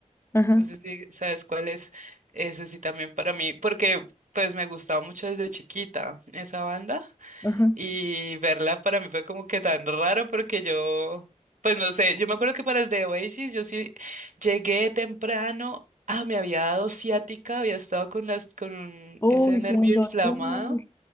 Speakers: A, on the left (about 20°); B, on the right (about 75°).
A: Ajá,
B: No sé si sabes cuál es. Ese sí también para mí, porque pues me gustaba mucho desde chiquita esa banda.
A: ajá.
B: Y verla para mí fue como que tan raro porque yo, pues no sé, yo me acuerdo que para el de Oasis yo sí llegué temprano, ah, me había dado ciática, había estado con las, con
A: Uy,
B: ese nervio
A: con dolor,
B: inflamado